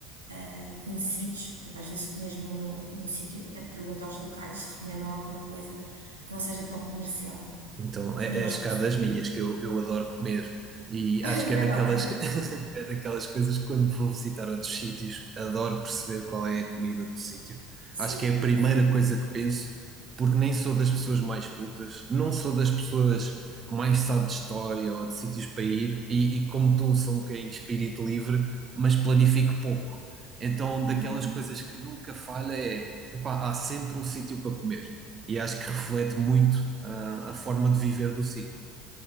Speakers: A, on the right; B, on the right.
A: ah, conhecidos. Portanto, às vezes, mesmo no, no sítio, é que pergunto aos locais se recomendam alguma coisa que não seja tão comercial.
B: Então, é,
A: Mas
B: é
A: gosto
B: a escada
A: de experimentar.
B: das minhas, que eu, eu adoro comer. E
A: <laughs>
B: acho que
A: Também
B: é daquelas,
A: adoro.
B: que- <laughs> é daquelas coisas que quando vou visitar outros sítios, adoro perceber qual é a comida do sítio.
A: Sim,
B: Acho que é a primeira
A: sim.
B: coisa que penso, porque nem sou das pessoas mais cultas, não sou das pessoas que mais sabe de história ou de sítios para ir, e, e como tu, sou um bocadinho de espírito livre, mas planifico pouco. Então, daquelas
A: Uhum.
B: coisas que nunca falha é, epá, há sempre um sítio para comer e acho que reflete muito ah, a forma de viver do sítio.